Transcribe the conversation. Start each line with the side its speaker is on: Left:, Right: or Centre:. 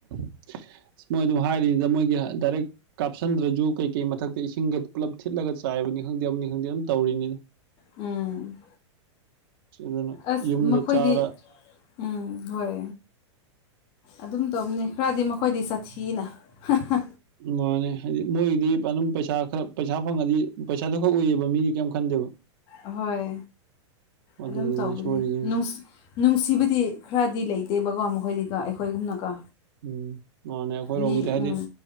Right: <inaudible> ꯑꯁ ꯃꯣꯏ ꯑꯗꯨ ꯍꯥꯏꯔꯤꯅꯤꯗ ꯃꯣꯏꯒꯤ ꯗꯥꯏꯔꯦꯛ ꯀꯥꯞꯁꯤꯟꯗ꯭ꯔꯖꯨ ꯀꯩꯀꯩ ꯃꯊꯛꯇ ꯏꯁꯤꯡꯒ ꯄꯨꯂꯞ ꯊꯤꯠꯂꯒ ꯆꯥꯏ ꯆꯥꯢꯕꯅꯤ ꯈꯪꯗꯦ ꯑꯃꯅꯤ ꯈꯪꯗꯦ ꯑꯗꯨꯝ ꯇꯧꯔꯤꯅꯤꯗ
Left: ꯎꯝ
Right: ꯑꯗꯨꯅ
Left: ꯑꯁ
Right: ꯌꯨꯝꯗ
Left: ꯃꯈꯣꯏꯗꯤ
Right: ꯆꯥꯔ
Left: ꯎꯝ ꯍꯣꯏ ꯑꯗꯨꯝ ꯇꯧꯕꯅꯦ ꯈꯔꯗꯤ ꯃꯈꯣꯏꯗꯤ ꯆꯥꯊꯤꯌꯦꯅ ꯍꯥꯍꯥ
Right: ꯃꯥꯅꯦ ꯍꯥꯏꯗꯤ ꯃꯣꯏꯒꯤꯗꯤ ꯑꯗꯨꯝ ꯄꯩꯁꯥ ꯈꯔ ꯄꯩꯁꯥ ꯐꯪꯉꯗꯤ ꯄꯩꯁꯥꯗꯨ ꯈꯛ ꯎꯏꯑꯕ ꯃꯤꯒꯤ ꯀꯩꯝ ꯈꯟꯗꯦꯕ
Left: ꯑꯍꯣꯏ
Right: ꯑꯗꯨꯗꯨꯅꯦ
Left: ꯑꯗꯨꯝ ꯇꯧꯕꯅꯦ
Right: ꯁꯣꯏꯔꯤꯁꯤꯡꯁꯦ
Left: ꯅꯨꯡ ꯅꯨꯡꯁꯤꯕꯗꯤ ꯈꯔꯗꯤ ꯂꯩꯇꯦꯕ ꯑꯗꯨꯒ ꯃꯈꯣꯏꯗꯤ ꯀꯣ ꯑꯩꯈꯣꯏꯒꯨꯝꯅꯀꯣ
Right: ꯎꯝ ꯃꯥꯅꯦ ꯑꯩꯈꯣꯏꯔꯣꯝꯒꯤꯗꯤ
Left: ꯃꯤ
Right: ꯍꯥꯏꯗꯤ
Left: ꯎꯝ